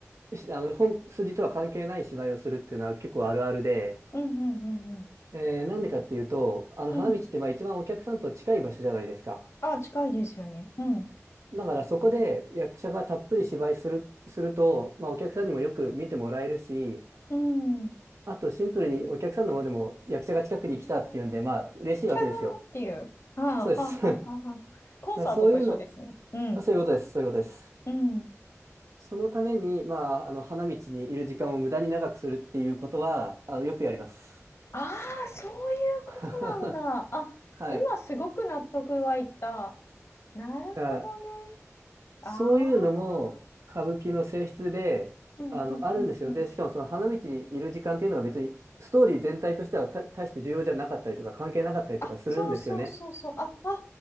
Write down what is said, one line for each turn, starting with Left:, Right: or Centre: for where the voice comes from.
Right: しあの、本筋とは関係ない芝居をするっていうのは結構あるあるで、
Left: うんうんうんうん。
Right: えーなんでかっていうと、あの、
Left: うん。
Right: 花道ってまあ一番お客さんと近い場所じゃないですか。
Left: あ、近いですよね。うん。
Right: だからそこで役者がたっぷり芝居する、すると、まあ、お客さんにもよく見てもらえるし、
Left: うん。
Right: あとシンプルにお客さんの方でも役者が近くに来たっていうんで、まあ嬉しいわけですよ。
Left: キャーっていう。ああ、
Right: そうです。
Left: はあ、
Right: <laughs> だか
Left: はあ、はあ。はあコンサートと一緒ですね。
Right: らそういうの、
Left: うん。
Right: あそういうことです。そういうことです。
Left: うん。
Right: そのために、まあ、あの花道にいる時間を無駄に長くするっていうことは、あのよくやります。
Left: ああ、そういうことなんだ。
Right: <laughs>
Left: あ、
Right: はい。
Left: 今すごく納得がいった。なるほどね。
Right: だから
Left: ああ。
Right: そういうのも歌舞伎の性質で、
Left: うんうんうんうん。
Right: あの、あるんですよ。で、しかもその花道にいる時間っていうのが別にストーリー全体としてはた大して重要じゃなかったりとか関係なかったりとかするんですよね。
Left: あ、そうそうそうそう。あ、はは